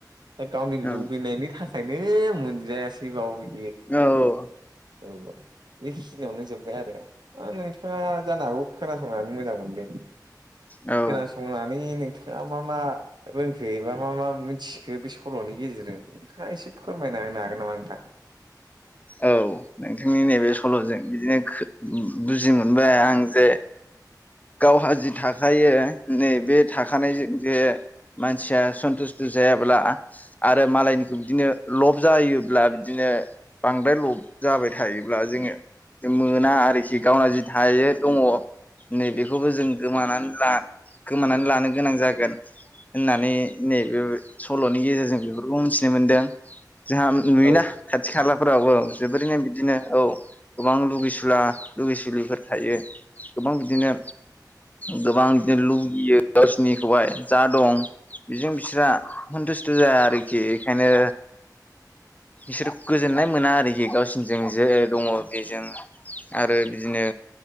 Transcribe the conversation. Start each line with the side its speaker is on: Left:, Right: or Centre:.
Right: दा गावनि लुगैनायनि
Left: औ उम
Right: थाखायनो मोनजायासै बाव इयो।
Left: औ।
Right: औ बेखिनियावनो जोब्बाय आरो आ नोंथाङा जानो हागौ खोनासंनानै मोजां मोनदों खोनासंनानै
Left: ओ औ
Right: नों थाङा मा मा रोंखो एबा मा मा मिनथिखो बे सल'नि गेजेरजों नोंथाङा एसे फोरमायना होनो हागोन नामा नोंथां?
Left: औ नोंथांनि नैबे सल'जों बिदिनो खो बुजि मोनबाय आं जे गावहा जि थाखायो नै बे थाखानायजो जे मानसिया सन्तुस्थ' जायाब्ला आरो मालायनिखौ बिदिनो लब जायोब्ला बिदिनो बांदाय लब जाबाय थायोब्ला जोङो जोम मोना आरोखि गावना जि थायो दङ' नै बेेखौबो जों गोमानानै ला गोमानानै लानो गोनां जागोन। होननानै नैबे सल'नि गेजेरजों बेफोरखौ मिनथिनो मोनदों जोंहाम नुयोना
Right: नंगौ
Left: खाथि खालाफोरावबो जोबोरैनो बिदिनो औ। गोबां लुगैसुला लुगैसुलिफोर थायो गोबां बिदिनो गोबां <unintelligible> नो लुगैयो गावसिनिखौहाय जा दं बेजों बिस्रा हन्तुस्थ' जाया आरोखि इखायनो इसोर गोजोननाय मोना आरोखि गावसिनिजों जे ओ दङ' इ जों आरो बिदिनो